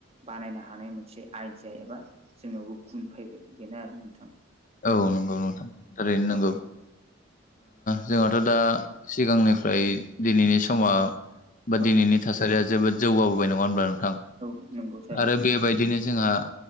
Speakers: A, on the right; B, on the left.
A: बानायनो हानाय मोनसे आइडिया एबा जोंनावबो गुन फैबाय बेनो आरो नोंथां
B: औ नंगौ नोंथां थारैनो नंगौ
A: औ
B: जोंहाथ' दा सिगांनिफ्राय दिनैनि समा बा
A: औ
B: दिनैनि थासारिया जोबोद जौगाबोबाय नङा होनबा नोंथां
A: औ नंगौ थारैनो
B: आरो बेबायदिनो जोंहा